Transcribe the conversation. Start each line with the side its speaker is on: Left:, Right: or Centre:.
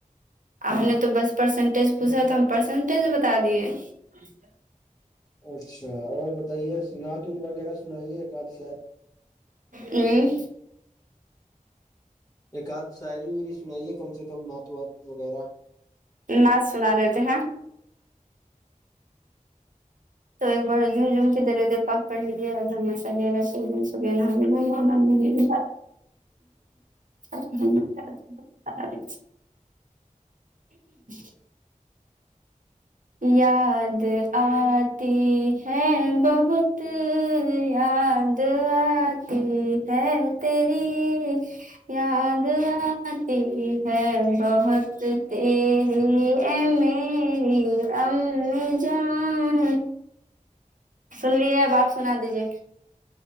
Right: آپ نے تو بس پرسنٹیج پوچھا تو ہم پرسنٹیج بتا دیے اچ <inaudible>
Left: اچھا اور بتائیے نعت وغیرہ سنائیے ایک آپ سا
Right: ہوں
Left: ایک آدھ شاعری وری سنائیے کم سے کم نعت وات وغیرہ
Right: نات سنا لیتے ہیں تو ایک بار جھوجھم کی درود پاک پڑ لیجئے اللہم صلی علی سیدنا مشا اللہ خالی اوج عا رہی ہے <inaudible> <inaudible> یاد آتی ہے بہت تو یاد آتی ہے تیری یاد آتی ہے بہت تیری اے میری امی جان سن لیے اب آپ سنا دیجیے